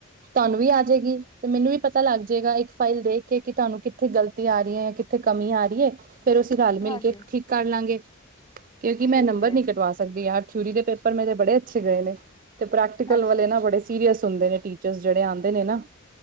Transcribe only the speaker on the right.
ਤੁਹਾਨੂੰ ਵੀ ਆ ਜਾਏਗੀ ਤੇ ਮੈਨੂੰ ਵੀ ਪਤਾ ਲੱਗ ਜਾਏਗਾ, ਇੱਕ ਫਾਈਲ ਦੇਖ ਕੇ ਕਿ ਤੁਹਾਨੂੰ ਕਿੱਥੇ ਗਲਤੀ ਆ ਰਹੀ ਹੈੇ। ਤੇ ਕਮੀ ਆ ਰਹੀ ਏ, ਫੇਰ ਅਸੀਂ ਰਲ
ਮਿਲ ਕੇ ਠੀਕ ਕਰ ਲਾਂਗੇ। ਕਿਉਂਕਿ ਮੈਂ
ਨੰਬਰ
ਨਹੀਂ ਕਟਵਾ ਸਕਦੀ ਯਾਰ, ਥਿਊਰੀ ਦੇ ਪੇਪਰ ਮੇਰੇ ਬੜੇ ਅੱਛੇ ਗਏ ਨੇ। ਤੇ ਪ੍ਰੈਕਟੀਕਲ
ਵਾਲੇ
ਨਾ ਬੜੇ ਸੀਰੀਸ ਹੁੰਦੇ ਨੇ ਟੀਚਰਜ਼, ਜਿੜੇ ਆਦੇ ਨੇ ਨਾ,